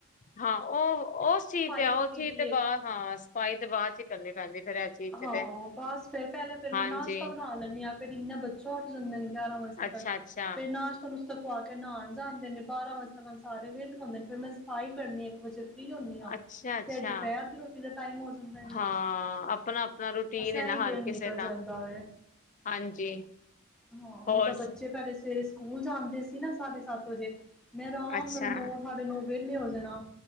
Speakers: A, on the left; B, in the centre.
A: ਹਾਂ ਉਹ ਉਸ ਚੀਜ਼ ਤੇ
B: ਕੀਤੀ
A: ਉਹ ਚੀਜ਼
B: ਦੀ
A: ਤੇ
B: ਏ
A: ਬਾ ਹਾਂ ਸਫਾਈ ਤੇ ਬਾਅਦ ਚ ਹੀ ਕਰਨੀ ਪੈਂਦੀ ਫੇਰ ਇਹ ਚੀਜ਼
B: ਹਾਂ
A: ਚ ਤੇ
B: ਬਸ ਫਿਰ ਪਹਿਲੇਾਂ ਫਿਰ
A: ਹਾਂਜੀ
B: ਮੈਂ ਨਾਸ਼ਤਾ ਬਣਾ ਲੈਂਦੀ ਹਾਂ ਫਿਰ ਇਨਾ ਬੱਚਾ ਉੱਠ ਜਾਂਦੇ ਨੇ ਗਿਆਰਾਂ ਵਜੇ
A: ਅੱਛਾ
B: ਤੱਕ
A: ਅੱਛਾ
B: ਫੇਰ ਨਾਸ਼ਤਾ ਨੁਸ਼ਤਾ ਖਵਾ ਕੇ ਨਹਾਣ ਲਉਦੇ ਨੇ ਬਾਰਾਂ ਵਾਸਤੇ ਸਾਰੇ ਵੀ ਲਾਦੇ ਨੇ ਫਿਰ ਮੈ ਸਫਾਈ ਕਰਨੀ ਇੱਕ ਵਜੇ ਫ ਹੁੰਦੀ ਹਾਂ
A: ਅੱਛਾ ਅੱਛਾ
B: ਫੇਰ ਦੁਪਹਿਰ ਦੀ ਰੋਟੀ ਦਾ ਟਾਈਮ ਹੋ ਜਾਂਦਾ ਇੰਨੇ
A: ਹਾਂ
B: ਚ
A: ਆਪਣਾ ਆਪਣਾ ਰੂਟੀਨ
B: ਬਸ
A: ਹੈ ਨਾ
B: ਐਹੀ ਦਿਨ
A: ਹਰ ਕਿਸੇ
B: ਨਿਕਲ
A: ਦਾ
B: ਜਾਂਦਾ ਵ
A: ਹਾਂਜੀ
B: ਹਾਂ
A: ਹੋਰ
B: ਨਹੀਂ ਤਾਂ ਬੱਚੇ ਪਹਿਲੇ ਸਵੇਰੇ ਸਕੂਲ ਜਾਂਦੇ ਸੀ ਨਾ ਸਾਢੇ ਸੱਤ ਵਜੇ ਮੈਂ ਆਰਾਮ
A: ਅੱਛਾ
B: ਨਾਲ ਨੌ ਸਾਢੇ ਨੌ ਵਿਹਲੇ ਹੋ ਜਾਣਾ